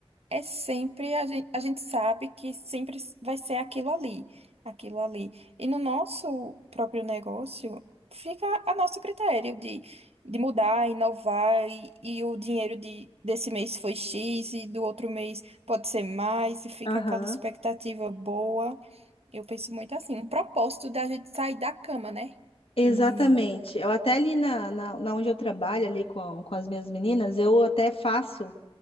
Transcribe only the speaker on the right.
É sempre, a gente, a gente sabe que sempre vai ser aquilo ali, aquilo ali. E no nosso próprio negócio, fica a nosso critério de, de mudar, inovar, e, e o dinheiro de, desse mês foi X, e do outro mês pode ser mais, e fica
aquela expectativa boa. Eu penso muito assim, um propósito da gente sair da cama, né?
De manhã.